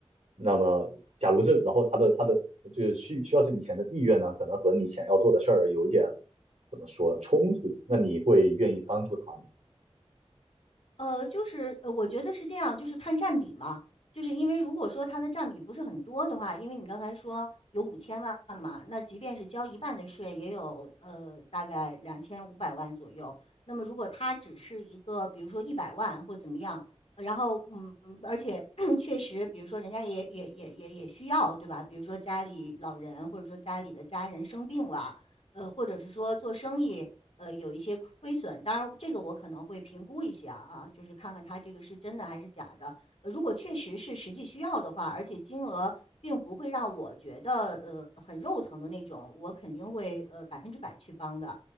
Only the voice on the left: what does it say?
呃，就是呃，我觉得是这样，就是看占比嘛。就是因为如果说它的占比不是很多的话，因为你刚才说有五千万嘛，那即便是交一半的税，也有呃大概两千五百万左右。那么如果它只是一个，比如说一百万或怎么样，呃然后嗯，而且 <clears throat> 确实，比如说人家也也也也也需要，对吧？比如说家里老人，或者说家里的家人生病了，呃，或者是说做生意。呃有一些亏损。当然，这个我可能会评估一下啊，就是看看它这个是真的还是假的。呃如果确实是实际需要的话，而且金额并不会让我觉得呃很肉疼的那种，我肯定会呃百分之百去帮的，